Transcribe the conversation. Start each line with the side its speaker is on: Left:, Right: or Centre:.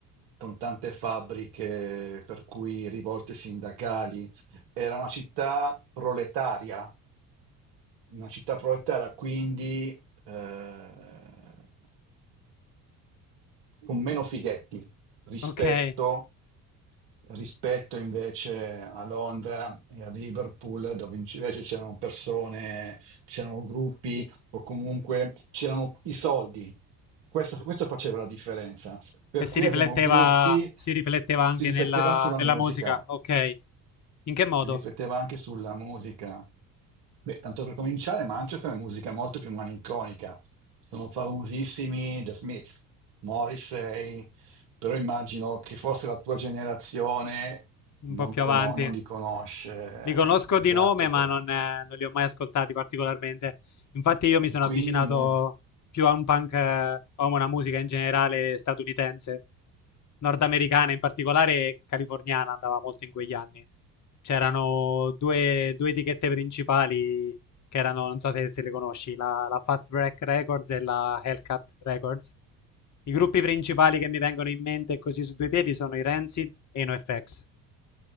Right: con tante fabbriche, per cui rivolte sindacali. Era una città proletaria, una città proletaria, quindi eh, con meno fighetti rispetto,
Left: Ok.
Right: rispetto invece a Londra e a Liverpool, dove invece c'erano persone, c'erano gruppi o comunque c'erano i soldi. Questo, questo faceva la differenza. Per
Left: E si
Right: cui
Left: rifletteva,
Right: abbiamo gruppi,
Left: si rifletteva anche
Right: si rifletteva
Left: nella,
Right: sulla
Left: nella
Right: musica,
Left: musica, ok. In
Right: si
Left: che modo?
Right: rifletteva anche sulla musica. Beh, tanto per cominciare, Manchester è musica molto più malinconica. Sono famosissimi The Smiths, Morrissey, però immagino che forse la tua generazione
Left: Un
Right: non,
Left: po' più
Right: cono-
Left: avanti.
Right: non li conosce.
Left: Li conosco
Right: Esatto,
Left: di nome, ma
Right: perché...
Left: non, eh, non li ho mai ascoltati particolarmente. Infatti, io mi sono
Right: quindi
Left: avvicinato
Right: musica.
Left: più a un punk, eh, o a una musica in generale statunitense, nordamericana in particolare, e californiana andava molto in quegli anni. C'erano due, due etichette principali che erano, non so se, se le conosci, la, la Fat Wreck Records e la Hellcat Records. I gruppi principali che mi vengono in mente così su due piedi sono i Rancid e i NoFX